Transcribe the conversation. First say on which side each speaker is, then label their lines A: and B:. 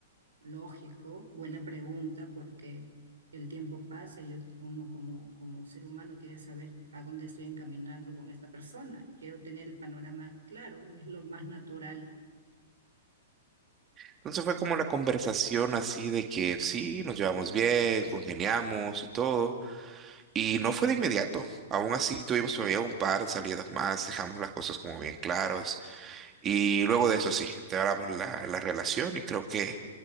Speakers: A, on the right; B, on the right.
A: Lógico, buena pregunta, porque el tiempo pasa y yo, uno como, como ser humano quiere saber a dónde estoy encaminando con esta persona. Quiero tener el panorama claro, es lo más natural.
B: Entonces fue como la conversación así de que sí, nos llevamos bien, congeniamos y todo. Y no fue de inmediato. Aún así tuvimos todavía un par de salidas más, dejamos las cosas como bien claras. Y luego de eso sí, empeoramos la, la relación y creo que